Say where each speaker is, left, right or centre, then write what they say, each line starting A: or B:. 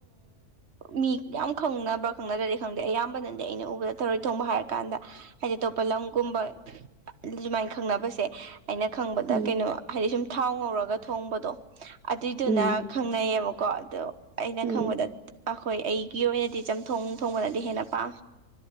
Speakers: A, on the right; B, on the right.
A: ꯃꯤ ꯌꯥꯝ ꯈꯪꯅꯕ ꯈꯪꯅꯗ꯭ꯔꯗꯤ ꯈꯪꯗꯦ ꯑꯌꯥꯝꯕꯅꯗꯤ ꯑꯩꯅ ꯎꯕꯗ ꯊꯔꯣꯏ ꯊꯣꯡꯕ ꯍꯥꯏꯔ ꯀꯥꯟꯗ ꯍꯥꯏꯗꯤ ꯑꯇꯣꯞꯄ ꯂꯝꯒꯨꯝꯕ ꯁꯨꯃꯥꯏꯅ ꯈꯪꯅꯕꯁꯦ ꯑꯩꯅ ꯈꯪꯕꯗ
B: ꯎꯝ
A: ꯀꯩꯅꯣ ꯍꯥꯏꯗꯤ ꯁꯨꯝ ꯊꯥꯎ ꯉꯧꯔꯒ ꯊꯣꯡꯕꯗꯣ ꯑꯗꯨꯏꯗꯨꯅ
B: ꯎꯝ
A: ꯈꯪꯅꯩꯌꯦꯕꯀꯣ ꯑꯗꯣ ꯑꯩꯅ
B: ꯎꯝ
A: ꯈꯪꯕꯗ ꯑꯩꯈꯣꯏ ꯑꯩꯒꯤ ꯑꯣꯏꯅꯗꯤ ꯆꯝꯊꯣꯡ ꯊꯣꯡꯕꯅꯗꯤ ꯍꯦꯟꯅ ꯄꯥꯝ